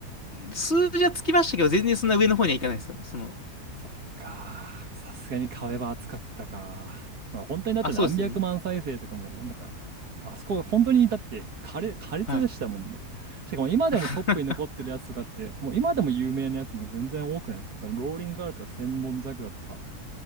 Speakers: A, on the left (about 45°); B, on the right (about 80°).
A: 数字はつきましたけど、全然そんな上の方にはいかないですよ。その、
B: そっか。さすがに壁は厚かったか。まあ本当にだって何百万再生とかも、
A: あ、そうですね。
B: なんか、あそこ本当にだって苛烈、苛烈でしたもんね。
A: はい。
B: しかも今でもトップに残ってるやつとかって、
A: <laughs>
B: もう今でも有名なやつも全然多くないですか。多分ローリンガールとか千本桜とか、